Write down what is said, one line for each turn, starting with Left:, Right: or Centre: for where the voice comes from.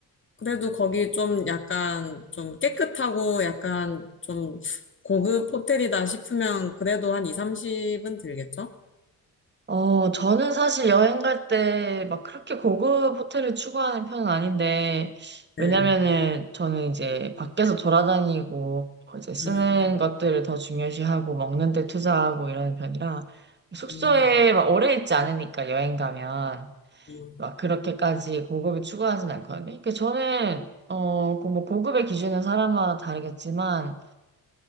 Left: 그래도 거기 좀 약간 좀 깨끗하고 약간 좀 고급 호텔이다 싶으면 그래도 한 2, 30은 들겠죠?
Right: 어, 저는 사실 여행 갈 때 막 그렇게 고급 호텔을 추구하는 편은 아닌데,
Left: 네.
Right: 왜냐면은 저는 이제 밖에서 돌아다니고, 이제 쓰는
Left: 음,
Right: 것들을 더 중요시하고, 먹는 데 투자하고 이러는 편이라, 숙소에
Left: 음,
Right: 막 오래 있지 않으니까 여행 가면.
Left: 음,
Right: 막 그렇게까지 고급을 추구하진 않거든요. 그러니까 저는 어, 그 뭐 고급의 기준은 사람마다 다르겠지만